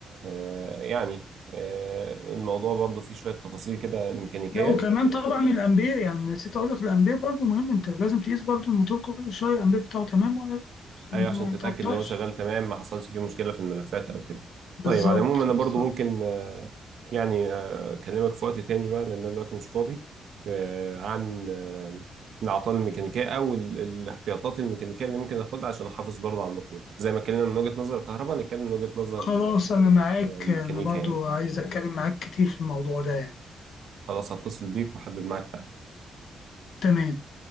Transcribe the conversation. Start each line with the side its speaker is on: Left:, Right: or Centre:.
Right: آه، يعني آه، الموضوع برضو فيه شوية تفاصيل كده ميكانيكية
Left: لا وكمان طبعا الامبير يعني نسيت اقول لك الامبير برضو مهم انت لازم تقيس برضو الموتور كل شويه الامبير بتاعه تمام ولا لا عشان
Right: ايوه عشان
Left: ما
Right: تتاكد
Left: يتعطلش
Right: ان هو شغال تمام ما حصلش فيه مشكله في الملفات او كده
Left: بالظبط
Right: طيب على العموم انا
Left: بالظبط
Right: برضو ممكن آه، يعني آه، اكلمك في وقت تاني بقى لان انا دلوقتي مش فاضي آه، عن آه، الاعطال الميكانيكيه او ال- الاحتياطات الميكانيكيه اللي ممكن اخدها عشان احافظ برضو على الموتور زي ما اتكلمنا من وجهه نظر الكهرباء نتكلم من وجهه نظر
Left: خلاص
Right: آه،
Left: انا معاك
Right: الميكانيكا
Left: انا برضو
Right: يعني
Left: عايز اتكلم معاك كتير في الموضوع ده يعني
Right: خلاص هتصل بيك واحدد معاك
Left: تمام